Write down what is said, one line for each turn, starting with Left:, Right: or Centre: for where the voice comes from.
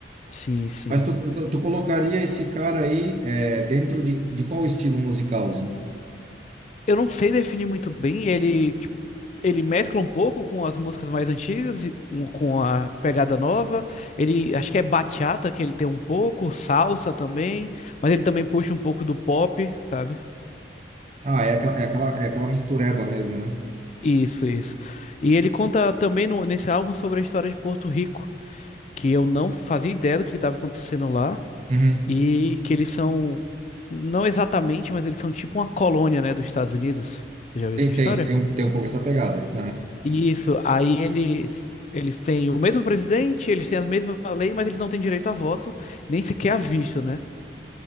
Left: Sim, sim.
Right: Mas tu, tu, tu colocaria esse cara aí é, dentro de, de qual estilo musical, assim?
Left: Eu não sei definir muito bem. Ele, tipo, ele mescla um pouco com as músicas mais antigas e com com a pegada nova. Ele, acho que é bachata que ele tem um pouco, salsa também, mas ele também puxa um pouco do pop, sabe?
Right: Ah, é aquela, é aquela, é aquela mistureba mesmo, né?
Left: Isso, isso. E ele conta também no- nesse álbum sobre a história de Porto Rico, que eu não fazia ideia do que estava acontecendo lá,
Right: Uhum.
Left: e que eles são, não exatamente, mas eles são tipo uma colônia, né, dos Estados Unidos. Você já viu
Right: Tem,
Left: essa história?
Right: tem, tem, um- tem um pouco essa pegada.
Left: Isso, aí eles eles têm o mesmo presidente, eles têm a mesma lei, mas eles não têm direito a voto, nem sequer a visto, né?